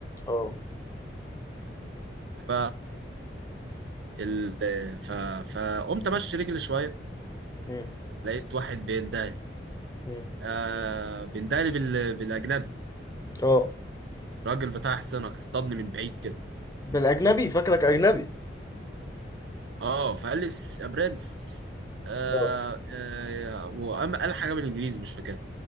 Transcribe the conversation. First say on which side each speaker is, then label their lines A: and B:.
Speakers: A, on the left (about 20°); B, on the right (about 75°).
A: اه
B: ف ال... ف فقمت امشي رجلي شويه
A: مم.
B: لقيت واحد بيندهلي
A: مم.
B: آه بيندهلي بال... بالاجنبي
A: اه
B: راجل بتاع حصانك اصطادني من بعيد كده
A: بالاجنبي فاكرك اجنبي
B: اه فقال لي "س- يا برنس آه
A: اه
B: آه وقام قال حاجه بالانجليزي مش فاكرها